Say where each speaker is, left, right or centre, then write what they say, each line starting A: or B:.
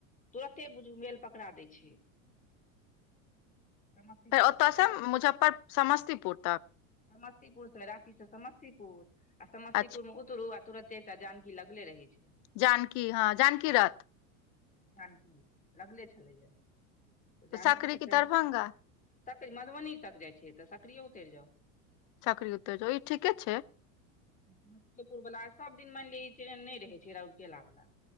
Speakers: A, on the left (about 20°); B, on the left (about 50°).
A: तुरते बुझू मेल पकड़ा दै छै समस्तीपुर
B: फेर
A: उतरि
B: ओतऽ
A: के
B: सँ मुजफ्फर समस्तीपुर तक
A: समस्तीपुर से राचीसँ समस्तीपुर आ समस्तीपुरमे
B: अच्छा
A: तुरू आ तुरते एकटा जानकी लगले रहै छौ
B: जानकी हँ जानकी रथ
A: जानकी लगले छलैए तऽ जानकी
B: सकरी
A: सँ
B: की
A: फेर
B: दरभंगा
A: सकरी मधुबनी तक जाइ छै तऽ सकरीये उतरि जाउ
B: सकरी उतरि जाउ ओहि ठीके छै
A: समस्तीेपुरवला सभदिन मानि लिअ ई ट्रेन नहि रहैत छै रौर केला वला